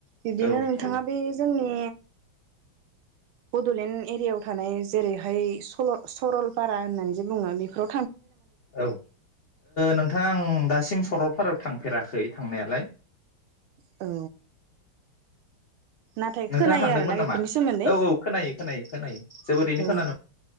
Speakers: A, on the right; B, on the left.
A: बिदिनो
B: औ
A: नोंथाङा
B: औ
A: बे जोंनि। बडलेण्ड एरियायाव थानाय जेरैहाय सल' सरलपारा होननानै जे बुङो बेखौ
B: औ नोंथाङा आं दासिम सरलपारायाव थांफेराखै थांनायालाय।
A: औ। नाथाय
B: नोंथाङा
A: खोनायो
B: थांदोंमोन
A: आरोना बेफोरनि
B: नामा
A: सोमोन्दै
B: औ औ खोनायो खोनायो खोनायो। जोबोरैनो
A: औ
B: खोनानो